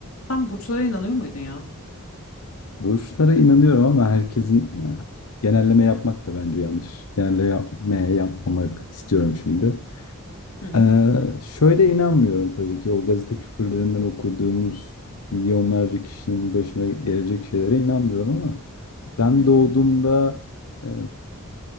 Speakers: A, on the left (about 65°); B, on the left (about 85°).
A: Sen burçlara inanıyor muydun ya?
B: Burçlara inanıyorum ama herkesin yani genelleme yapmak da bence yanlış. Genelleme yapmamak istiyorum şimdi.
A: Hı hı.
B: Ee, şöyle inanmıyorum tabii ki o gazete küpürlerinden okuduğumuz milyonlarca kişinin başına gelecek şeylere inanmıyorum ama ben
A: Hı hı.
B: doğduğumda e,